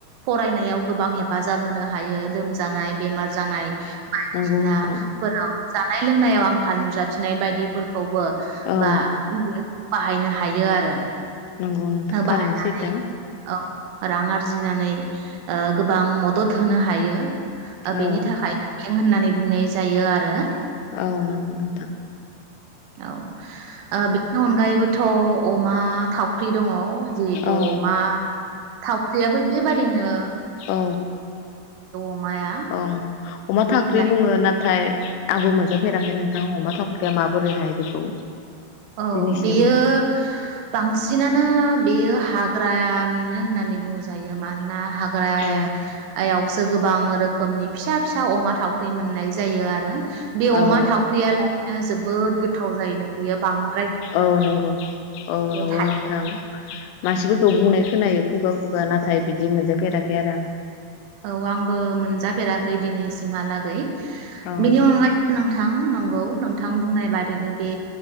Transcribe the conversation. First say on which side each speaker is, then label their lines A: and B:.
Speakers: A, on the right; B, on the left.
A: फरायनायाव गोबां हेफाजाब होनो हायो लोमज जानाय बेमार जानाय बायदिसिनाफोराव।
B: नंगौ नोंथां
A: जानाय लोंनायाव आंखाल नुजाथिनाय बायदिफोर खौबो
B: औ
A: बा बाहायनो हायो आरो।
B: नंगौ नोंथां थारैनो
A: बाहायनानै
B: सैथो।
A: औ रां आरजिनानै ओ गोबां मदद होनो हायो। ओ बेनि
B: औ
A: थाखायनो। होननानै बुंनाय जायो आरो।
B: औ नंगौ नोंथां
A: औ आ बे बेनि अनगायैबोथ' अमा थावख्रि दङ। जिहेथु
B: औ
A: अमा थावख्रियाबो बेबारैनो
B: औ
A: अमाया
B: औ अमा
A: बेलाय
B: थावख्रि बुङो नाथाय। आंबो मोनजाफेराखै नोंथां अमा थावख्रिया माबोरैहाय बेखौ।
A: औ
B: दिनैसिम
A: बेयो बांसिनानो बेयो हाग्रा निनो होननानै बुंजायो मानोना हाग फ्राय
B: औ
A: यावसो गोबां रोखोमनि। फिसा फिसा अमा थावख्रि मोननाय जायो आरो। बे अमा
B: औ
A: थावख्रिया लाय। नो जोबोद गोथाव जायोना बेयो। बां।
B: औ नंगौ औ नंगौ
A: थायो
B: नोंथां मानसिफोरखौ बुंनाय खोनायो खुगा खुगा नाथाय बिदि मोनजाफेराखै आरो आं
A: औ आंबो मोनजाफेराखै दिनैसिमहालागै
B: आं
A: बिदि अनगायैबो नों- थां नंगौ नोंथां बुंनाय बादैनो बे